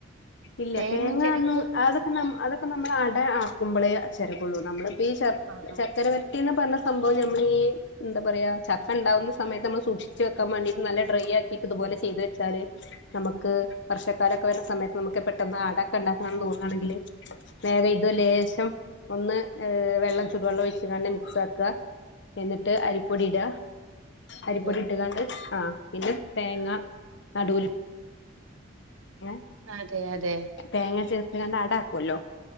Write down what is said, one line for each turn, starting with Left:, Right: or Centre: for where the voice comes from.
Left: ഇല്ല
Right: തേങ്ങ
Left: തേങ്ങന്നും
Right: ചിരകും
Left: അതൊക്കെ ന അതൊക്കെ അപ്പം നമ്മൾ അട ആക്കുമ്പോളേ ചിറകുള്ളൂ നമ്മള് ഈ
Right: ആഹ് ആഹ്
Left: ചക്കര വ കുട്ടീന്ന് പറഞ്ഞ സംഭവം നമ്മൾീഈ എന്താ പറയാ ചക്ക ഉണ്ടാവുന്ന സമയത്ത് നമ്മൾ സൂക്ഷിച്ചച്ച് വെക്കാൻ വേണ്ടിട്ട് നല്ല ഡ്രൈ ആക്കിട്ട് ഇതുപോലെ ചെയ്തു വെച്ചാല് നമുക്ക് വർഷക്
Right: ആ,
Left: സമയത്ത് നമുക്ക് പെട്ടെന്ന് അടക്കെ ഉണ്ടാക്കന്ന് തോന്നയാണെങ്കിൽ വേഗം ഇത് ലേശം ഒന്ന് ഏ വെള്ളം ചൂടുവെള്ളം ഒഴിച്ചച്ച് ക മിക്സ് ആക്കുക എന്നിട്ട് അരിപ്പൊടി ഇട അരിപ്പൊടി
Right: അതെ
Left: ഇട്ടതാണ്ട് ആ ഇത് തേങ്ങ നടൂൽ ങ്ങെ
Right: അതെ അതെ.
Left: തേങ്ങ ചേർ അപ്പൊ ഞാനാടാക്കുവല്ലോ